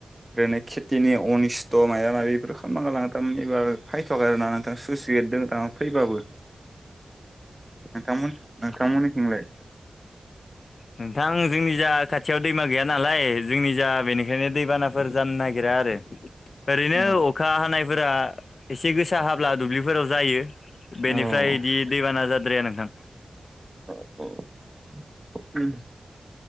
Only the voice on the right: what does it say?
ओरैनो खेथिनि अनिस्थ' मायबा मायबि बेफोर खालामना गालांथारोमोन एबार फायथ'वाखै आरो ना नोंथां। सुइस गेट दं फैबाबो।
नोंथां नोंथांमोननिथिंलाय?
औ
औ
औ औ उम